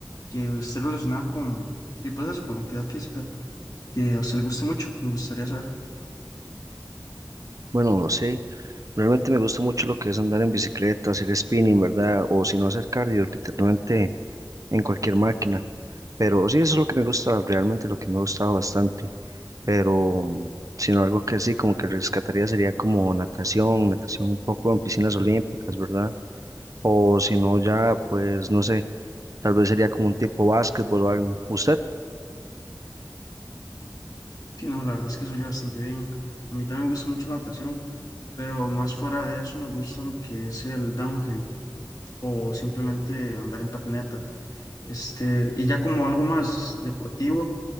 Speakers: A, on the left (about 50°); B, on the right (about 45°).
A: que esté relacionada con, y pues eso, con la actividad física, que a usted le guste mucho, me gustaría saber.
B: Bueno, sí, realmente me gusta mucho lo que es andar en bicicleta, hacer spinning, ¿verdad? O si no hacer cardio, literalmente en cualquier máquina. Pero sí, eso es lo que me gusta, realmente lo que me ha gustado bastante. Pero, mm, sino algo que sí, como que rescataría sería como natación, natación un poco en piscinas olímpicas, ¿verdad? O si no, ya, pues, no sé, tal vez sería como un tipo básquetbol o algo. ¿Usted?
A: Sí, no, la verdad es que soy bastante bien. A mí también me gusta mucho la natación, pero más fuera de eso me gusta lo que es el downhill. o simplemente andar en patineta. Este, y ya como algo más deportivo,